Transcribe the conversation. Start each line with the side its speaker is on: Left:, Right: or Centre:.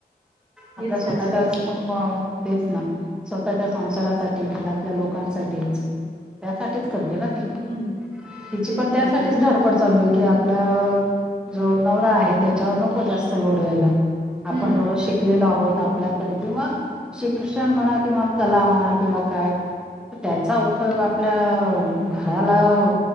Centre: आपल्या
Right: हेच
Centre: स्वतःच्या
Right: लक्षात येते
Centre: नं मं. अं तेच ना स्वतःच्या संसारासाठी, घरातल्या लोकांसाठीच. त्यासाठीच करते ना ती,
Right: हम्म
Centre: तिची
Right: तेच
Centre: पण त्यासाठीच
Right: समजून
Centre: धड पड चालू आहे की आपला जो नवरा आहे, त्याच्यावर नको जास्त लोड यायला. आपण
Right: हम्म
Centre: एवढं शिकलेलो आहोत आपल्याकडे किंवा शिक्षण म्हणा, किंवा कला म्हणा, किंवा काय त्याचा उपयोग आपल्या अ घराला अ.